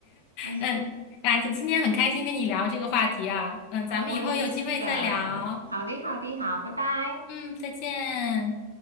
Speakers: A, on the right (about 80°); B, on the left (about 45°).
A: 哎，
B: 嗯，啊，今今天很开心跟你聊这个话题啊，嗯，
A: 那我也是的。
B: 咱们以后有机会再聊，
A: 好的，好的，好，拜拜。
B: 嗯，再见。